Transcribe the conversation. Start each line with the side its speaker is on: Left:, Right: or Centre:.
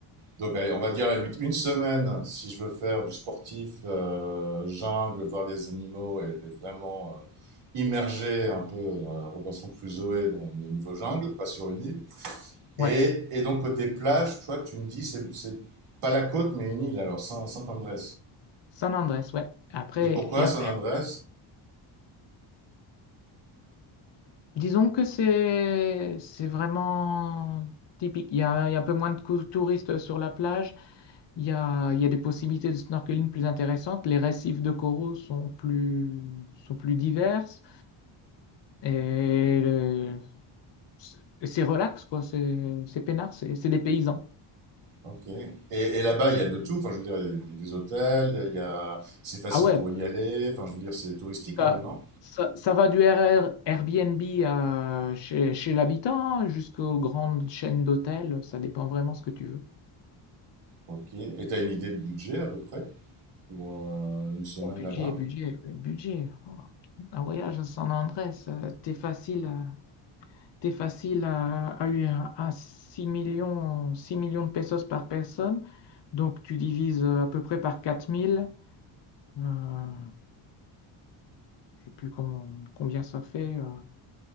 Right: Donc, allez, on va dire à la limite une semaine si je veux faire du sportif, euh, jungle, voir les animaux et, et vraiment euh, immerger un peu dans la Robinson Crusoe dans les niveaux jungle, pas sur une île. Et,
Left: Ouais,
Right: et donc, côté plage, toi, tu me dis, c'est, c'est pas la côte, mais une île, alors, Saint- Saint-Andrés.
Left: San Andrés, ouais. Après,
Right: Et pourquoi
Left: et après,
Right: Saint-Andrés?
Left: disons que c'est c'est vraiment typique. Il y a, il y a un peu moins de cou- touristes sur la plage. Il y a, il y a des possibilités de snorkeling plus intéressantes. Les récifs de coraux sont plus, sont plus diverses. Et le- c'est c'est relax, quoi. C'est c'est peinard, c'est c'est des paysans.
Right: Ok. Et, et là-bas, il y a de tout. Enfin, je veux dire, il y a des- hôtels, il y a... c'est facile
Left: Ah ouais,
Right: pour y aller. Enfin, je veux dire, c'est touristique quand
Left: bah,
Right: même, non?
Left: ça, ça va du RR Airbnb à chez, chez l'habitant jusqu'aux grandes chaînes d'hôtels, ça dépend vraiment ce que tu veux.
Right: Ok. Et t'as une idée de budget à peu près pour euh, une semaine
Left: Oh, budget,
Right: là-bas?
Left: budget, budget. Oh, un voyage à San Andrés, euh, t'es facile, à- t'es facile à, à, eu- à 6 millions, 6 millions de pesos par personne. Donc tu divises euh, à peu près par 4000. Euh, je sais plus comment, combien ça fait. euh,